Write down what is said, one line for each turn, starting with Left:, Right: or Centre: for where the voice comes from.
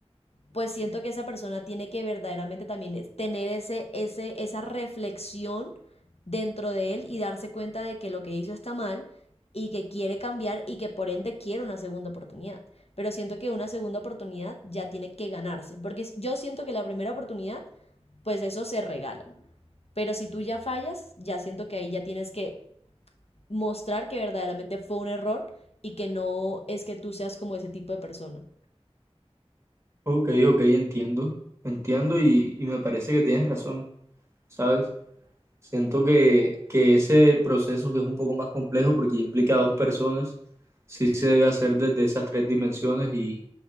Left: pues siento que esa persona tiene que verdaderamente también tener ese, ese, esa reflexión dentro de él y darse cuenta de que lo que hizo está mal y que quiere cambiar y que por ende quiere una segunda oportunidad. Pero siento que una segunda oportunidad ya tiene que ganarse, porque yo siento que la primera oportunidad, pues eso se regala. Pero si tú ya fallas, ya siento que ahí ya tienes que mostrar que verdaderamente fue un error y que no es que tú seas como ese tipo de persona.
Right: Ok, ok, entiendo, entiendo y, y me parece que tienes razón, ¿sabes? Siento que, que ese proceso que es un poco más complejo porque implica a dos personas, sí se debe hacer desde esas tres dimensiones y,